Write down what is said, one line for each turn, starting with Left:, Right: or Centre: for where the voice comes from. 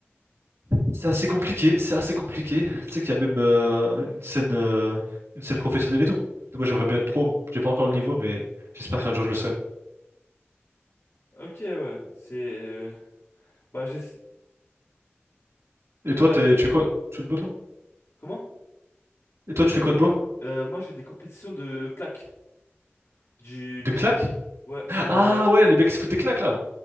Right: c'est assez compliqué, c'est assez compliqué. Tu sais qu'il y a même euh, une scène euh, une scène professionnelle et tout. Moi, j'aimerais bien être pro. J'ai pas encore le niveau, mais j'espère qu'un jour je le serai.
Left: Ok, ouais. C'est. euh, Bah, j'ai.
Right: Et toi,
Left: euh,
Right: t'es- tu fais quoi? Tu fais de beau, toi?
Left: comment?
Right: Et toi, tu fais quoi de beau?
Left: Euh, moi, j'ai des compétitions de claques. Du.
Right: De
Left: Tu
Right: claques?
Left: vois. Ouais.
Right: Ah
Left: euh,
Right: ouais, les mecs qui se foutent des claques là.